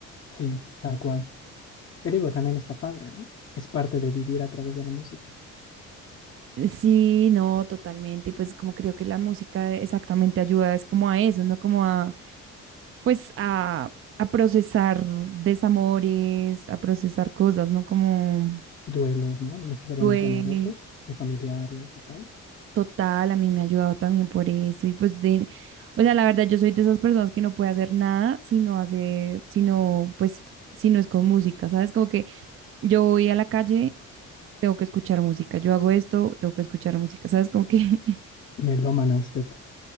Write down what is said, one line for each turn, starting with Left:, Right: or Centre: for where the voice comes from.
Left: Sí, tal cual. Que digo, también está padre, ¿no? Es parte de vivir a través de la música.
Right: Sí, no, totalmente. Y pues como creo que la música exactamente ayuda es como a eso, ¿no? Como a pues a, a procesar desamores, a procesar cosas, ¿no? Como
Left: Duelos, ¿no? No necesariamente
Right: duele
Left: amorosos, de familiares y tal.
Right: total, a mí me ha ayudado también por eso y pues de, o sea, la verdad yo soy de esas personas que no puede hacer nada si no hace, si no, pues, si no es con música, ¿sabes? Como que yo voy a la calle, tengo que escuchar música, yo hago esto, tengo que escuchar música, ¿sabes? Como que <laughs>
Left: Me lo aman a usted,